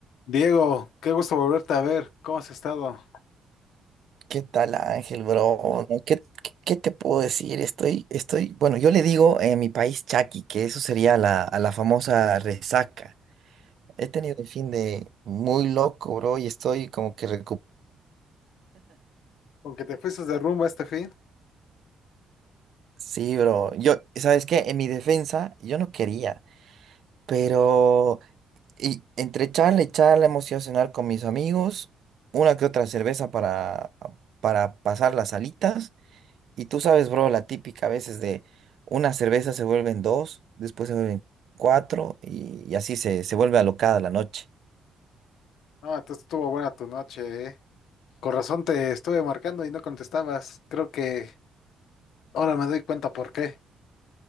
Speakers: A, on the left; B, on the right.
A: Diego, qué gusto volverte a ver. ¿Cómo has estado?
B: ¿Qué tal, Ángel, bro? No, ¿Qué, qué, qué te puedo decir? Estoy, estoy, bueno, yo le digo en mi país chaki, que eso sería la, a la famosa resaca. He tenido un fin de muy loco, bro, y estoy como que recuperado.
A: Aunque te fuiste de rumba este fin.
B: Sí, bro. Yo, ¿sabes qué? En mi defensa, yo no quería, pero y entre charla y charla hemos ido a cenar con mis amigos, una que otra cerveza para, para pasar las alitas. Y tú sabes, bro, la típica a veces de una cerveza se vuelven dos, después se vuelven cuatro y, y así se, se vuelve alocada la noche.
A: Ah, entonces estuvo buena tu noche, ¿eh? Con razón te estuve marcando y no contestabas. Creo que ahora me doy cuenta por qué.